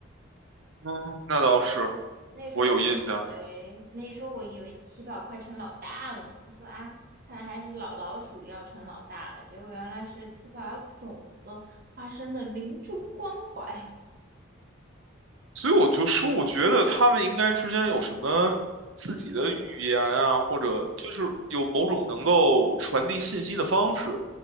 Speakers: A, on the right (about 70°); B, on the right (about 45°).
A: 嗯，那倒是，
B: 那时候我都以为，
A: 我有印象。
B: 那时候我以为七宝快成老大了呢。我说啊，看来还是老老鼠要成老大了。结果原来是七宝要走了，花生的临终关怀。
A: 所以我就说，我觉得他们应该之间有什么自己的语言啊，
B: <laughs> 寓意。
A: 或者就是有某种能够传递信息的方式。